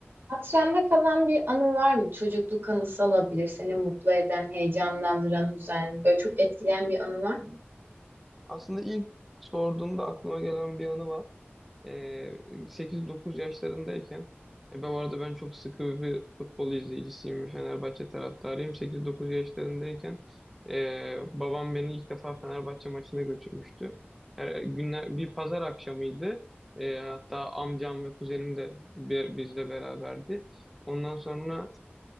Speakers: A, on the right (about 55°); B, in the centre.
A: Hatırında kalan bir anı var mı? Çocukluk anısı olabilir. Seni mutlu eden, heyecanlandıran, üzen, böyle çok etkileyen bir anı var mı?
B: Aslında ilk sorduğunda aklıma gelen bir anı var. Ee, 8-9 yaşlarındayken e, ben bu arada ben çok sıkı bir futbol izleyicisiyim ve Fenerbahçe taraftarıyım. 8-9 yaşlarındayken e, babam beni ilk defa Fenerbahçe maçına götürmüştü. Her, günler, bir pazar akşamıydı. E, hatta amcam ve kuzenim de bi- bizle beraberdi. Ondan sonra